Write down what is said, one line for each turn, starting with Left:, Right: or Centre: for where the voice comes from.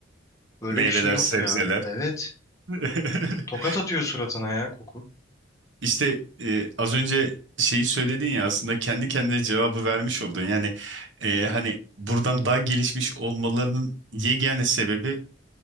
Left: Böyle
Right: Meyveler,
Left: bir şey yok
Right: sebzeler.
Left: ya. Evet.
Right: <laughs>
Left: Tokat atıyor suratına ya koku.
Right: İşte e, az önce şeyi söyledin ya aslında kendi kendine cevabı vermiş oldun. Yani e, hani buradan daha gelişmiş olmalarının yegane sebebi